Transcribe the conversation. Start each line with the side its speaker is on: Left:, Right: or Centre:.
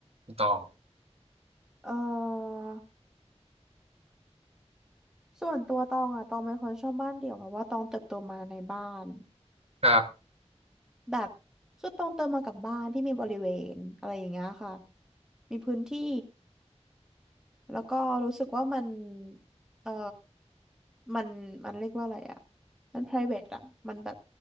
Right: คุณตอง
Centre: เออส่วนตัวตองอะตองเป็นคนชอบบ้านเดี่ยวเพราะว่าตองเติบโตมาในบ้าน
Right: ครับ
Centre: แบบคือตรงเติมมากับบ้านที่มีบริเวณอะไรอย่างเงี้ยค่ะมีพื้นที่แล้วก็รู้สึกว่ามันเออมันมันเรียกว่าอะไรอะมัน private อะมันแบบ